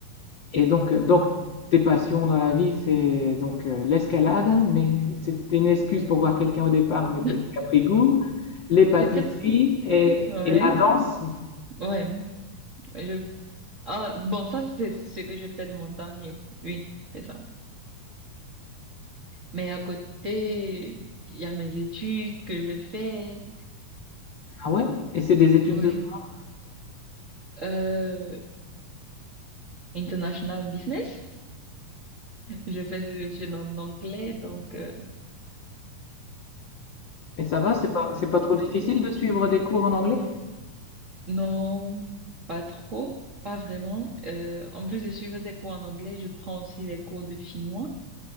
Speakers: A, on the left; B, on the right.
A: Et donc, euh, donc, tes passions dans la vie, c'est donc euh, l'escalade, mais c'était une excuse pour voir quelqu'un au départ, mais
B: <laughs>
A: t'as- tu as pris goût, les pâtisseries
B: C'était,
A: et,
B: ouais,
A: et la danse.
B: ouais. Je... Ah, bon, ça, c'est ce que je fais de mon temps libre. Oui, c'est ça. Mais à côté, il y a mes études que je fais.
A: Ah ouais? Et c'est des études
B: Oui.
A: de quoi?
B: Euh, international business. Je fais, je suis en anglais, donc euh,
A: Et ça va,
B: c'est
A: c'est
B: un
A: pas, c'est
B: peu
A: pas
B: compliqué.
A: trop difficile de suivre des cours en anglais?
B: Non, pas trop. Pas vraiment. Euh, en plus de suivre des cours en anglais, je prends aussi les cours de finnois.